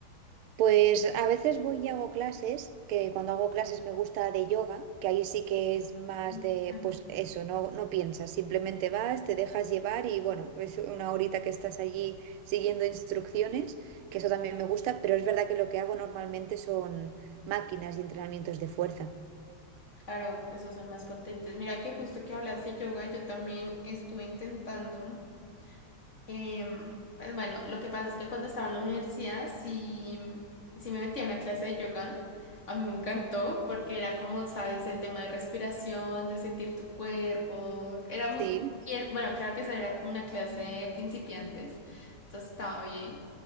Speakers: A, on the right; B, on the left.
A: Pues a veces voy y hago clases, que cuando hago clases me gusta de yoga, que ahí sí que es más
B: No,
A: de,
B: tranqui.
A: pues eso, no, no piensas, simplemente vas, te dejas llevar y bueno, es una horita que estás allí siguiendo instrucciones, que eso también me gusta, pero es verdad que lo que hago normalmente son máquinas y entrenamientos de fuerza.
B: Claro, esos son más potentes. Mira que justo que hablaste de yoga, yo también estuve intentando. Em, pues bueno, lo que pasa es que cuando estaba en la universidad, sí, sí me metí a una clase de yoga. A mí me encantó porque era como, sabes, el tema de respiración, de sentir tu cuerpo. Era muy
A: Sí.
B: tranquilo. Bueno, claro que esa era como una clase de principiantes, entonces estaba bien.